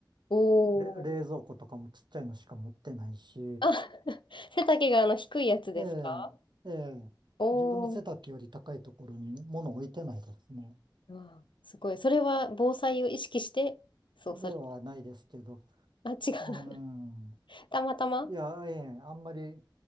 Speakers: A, on the left; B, on the right.
A: おー。
B: れ、冷蔵庫とかもちっちゃいのしか持ってないし、
A: あ、<laughs> 背丈があの低いやつですか
B: ええ、ええ、
A: お
B: 自分の背丈より高いところに物置いてないですね。
A: おー。うわすごい。それは防災を意識して、そう、
B: ではないですけど、
A: それ。あ、違う。
B: うん、
A: <laughs> たまたま
B: いや、ええ、あんまり、